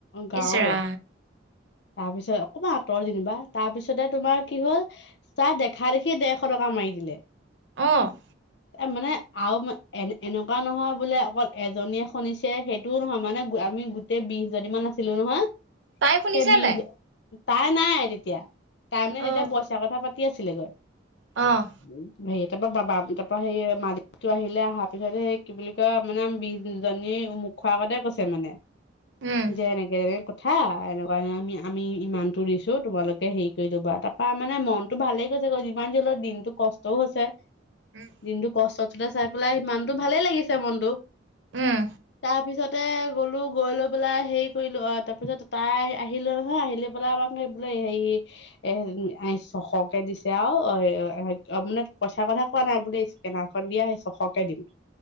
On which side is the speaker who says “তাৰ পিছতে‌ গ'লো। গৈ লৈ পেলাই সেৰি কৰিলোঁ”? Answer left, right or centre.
Left